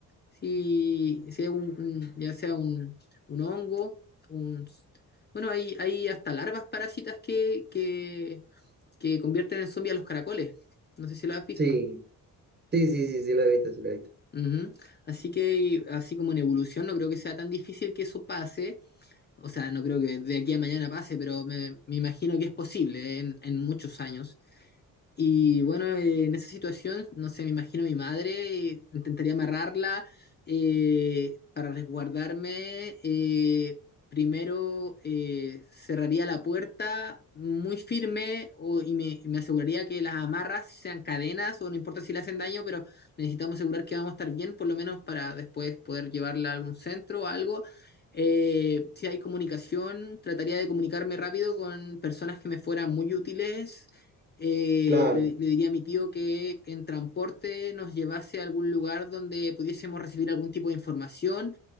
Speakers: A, on the left (about 25°); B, on the right (about 25°).
A: si, si es un, un- ya sea un, un hongo, un, bueno, hay, hay hasta larvas parásitas que, que, que convierten en zombies a los caracoles, no sé si lo has visto.
B: Sí, sí, sí, sí, sí lo he visto, sí lo he visto.
A: Ujú. Así que, así como en evolución, no creo que sea tan difícil que eso pase. O sea, no creo que de aquí a mañana pase, pero me, me imagino que es posible en, en muchos años. Y bueno, eh, en esa situación, no sé, me imagino mi madre, eh, intentaría amarrarla eh, para resguardarme. eh, primero eh, cerraría la puerta muy firme o- y me, y me aseguraría que las amarras sean cadenas o no importa si le hacen daño, pero necesitamos asegurar que vamos a estar bien, por lo menos para después poder llevarla a algún centro o algo. Eh, si hay comunicación, trataría de comunicarme rápido con personas que me fueran muy útiles eh,
B: Claro,
A: le, le diría a mi tío que, que en transporte nos llevase a algún lugar donde pudiésemos recibir algún tipo de información